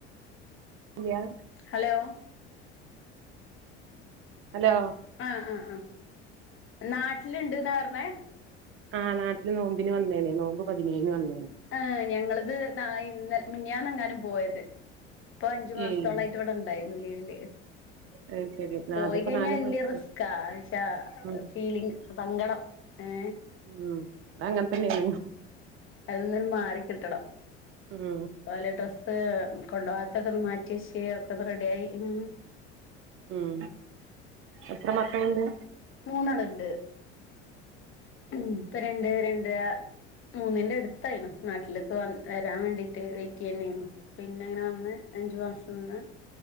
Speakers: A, on the right; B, on the left.
A: ഇല്ലിയ
B: ഹലോ
A: ഹലോ
B: ആഹ് ആഹ് ആഹ് നാട്ടില് ഇണ്ട്ന്നാ പറഞ്ഞേ
A: ആഹ് നാട്ടില് നോമ്പിന് വന്നേന് നോമ്പ് പതിനേഴിന് വന്നേന്
B: ആഹ് ഞങ്ങളത് നാ ഇന്നലെ മിനിഞ്ഞാന്നെങ്ങാനും പോയത് ഇപ്പൊ അഞ്ച് മാസത്തോളായിട്ട്
A: ഏയ്
B: ഇവിടെ ഇണ്ടായിരുന്നു ലീവില്
A: അത് ശരി ആ
B: പോയികഴിഞ്ഞാ
A: അതിപ്പോ നാല്
B: വല്ല്യ
A: മാസം
B: റിസ്ക്കാ എന്നുച്ചാ
A: ഉം
B: ഫീലിംഗ്. സങ്കടം ഏ
A: ഉം അത് അങ്ങനെ തന്നെയാണ്
B: അതിനിയൊന്നു മാറിക്കിട്ടണം.
A: ഉം
B: ഓലെ ഡ്രസ്സ് കൊണ്ടോവാത്തൊക്കൊന്ന് മാറ്റിവെച്ച് ഒക്കൊന്ന് റെഡിയായി ഉം
A: ഉം എത്ര മക്കളൊണ്ട്.
B: മൂന്നാളൊണ്ട് ഇപ്പൊ രണ്ട് രണ്ടര മൂന്നിന്റെടുത്തായിനു നാട്ടിലേക്ക് വന്ന് വരാൻ വേണ്ടീട്ട് വെയിറ്റെയ്യന്നേയ്നു. പിന്നെയിങ്ങനെ വന്ന് അഞ്ചുമാസം നിന്ന്